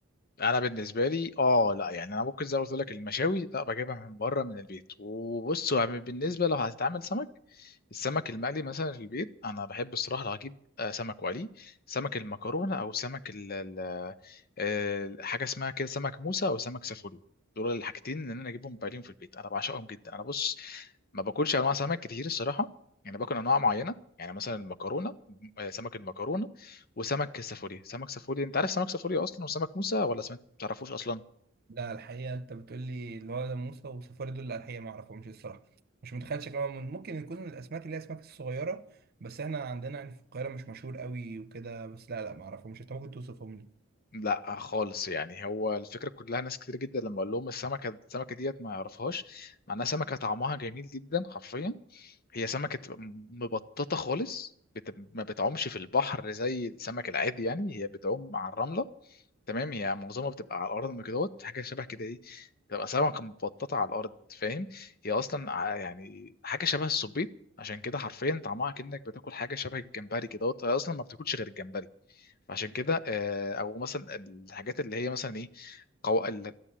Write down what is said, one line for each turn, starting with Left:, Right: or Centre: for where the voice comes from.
Left: انا بالنسبه لي اه لا يعني انا ممكن زي ما قلت لك المشاوي لا بجيبها من بره من البيت وبص يعني بالنسبه لو هتتعمل سمك السمك المقلي مثلا في البيت انا بحب الصراحه لو هجيب آه، سمك وقلي سمك المكرونه او سمك ال ال- آه، حاجه اسمها كده سمك موسى او سمك سافوري دول الحاجتين ان انا اجيبهم بايلين في البيت انا بعشقهم جدا انا بص ما باكلش انواع سمك كتير الصراحه يعني باكل انواع معينه يعني مثلا المكرونه آه، سمك المكرونه وسمك سافوري سمك سافوري انت عارف سمك سافوري اصلا وسمك موسى ولا سمك تعرفوش اصلا
Right: لا الحقيقه انت بتقول لي اللي هو ده موسى وسفاري دول لا الحقيقه ما اعرفهمش الصراحه مش متخيل شكلهم ممكن يكون من الاسماك اللي هي الاسماك الصغيره بس احنا عندنا يعني في القاهره مش مشهور قوي وكده بس لا لا ما اعرفهمش انت ممكن توصفهم لي
Left: لا خالص يعني هو الفكره كلها ناس كتير جدا لما اقول لهم السمكه السمكه ديت ما يعرفهاش مع انها سمكه طعمها جميل جدا حرفيا هي سمكه مبططه خالص بت... ما بتعومش في البحر زي السمك العادي يعني هي بتعوم على الرمله تمام هي معظمها بتبقى على الارض من كدهوت حاجه شبه كده ايه بتبقى سمكه مبططه على الارض فاهم هي اصلا ع- يعني حاجه شبه السبيط عشان كده حرفيا طعمها كأنك بتاكل حاجه شبه الجمبري كدهوت هي اصلا ما بتاكلش غير الجمبري عشان كده آه، او مثلا الحاجات اللي هي مثلا ايه قو... ال-